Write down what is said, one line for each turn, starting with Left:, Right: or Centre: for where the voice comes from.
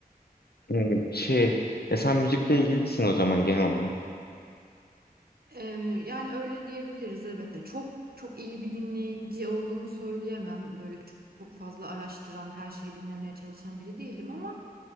Left: Hmm, Şey ya sen müzikle ilgilisin o zaman genel olarak.
Right: Ee, yani öyle diyebiliriz evet. E, Çok çok iyi bir dinleyici olduğumu söyleyemem. Böyle çok, çok fazla araştıran, her şeyi dinlemeye çalışan biri değilim ama